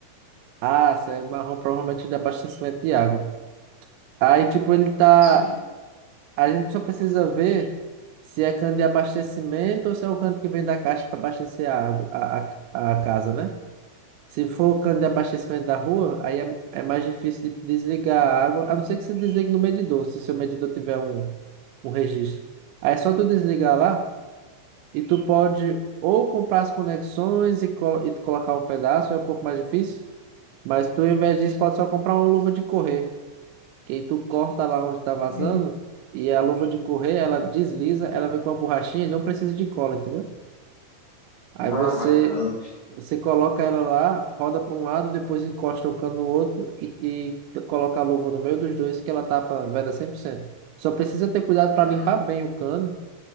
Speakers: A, on the right; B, on the left.
A: Ah, se é marrom, provavelmente de abastecimento de água. Aí, tipo, ele tá.
B: Sim.
A: A gente só precisa ver se é cano de abastecimento ou se é o cano que vem da caixa para abastecer a água, a, a, a casa, né? Se for cano de abastecimento da rua, aí é, é mais difícil de desligar a água, a não ser que você desligue no medidor, se seu medidor tiver um, um registro. Aí é só tu desligar lá e tu pode ou comprar as conexões e, colo- e colocar um pedaço, é um pouco mais difícil, mas tu, ao invés disso, pode só comprar uma luva de correr que aí tu corta lá onde tá vazando
B: Hum.
A: e a luva de correr, ela desliza, ela vem com a borrachinha e não precisa de cola, entendeu? Aí
B: Ah,
A: você
B: bacana.
A: você coloca ela lá, roda para um lado, depois encosta o cano no outro e, e coloca a luva no meio dos dois que ela tapa, veda cem por cento Só precisa ter cuidado
B: Hum.
A: para limpar bem o cano